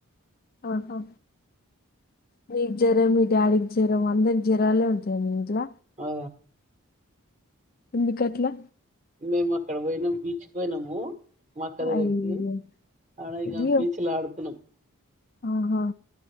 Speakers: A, on the left; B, on the right.
A: ఆహా నీకు జ్వరం మీ డాడీకి జ్వరం అందరికి జ్వరాలే ఉంటయ మీ ఇంట్ల
B: ఔ
A: ఎందుకట్ల
B: మేము అక్కడ పోయినం బీచ్కి పోయినము మా అక్క దగ్గరికి
A: అయ్యో
B: ఆడ ఈడ
A: అయ్యో
B: బీచ్ ల ఆడుకున్నాం
A: ఆహా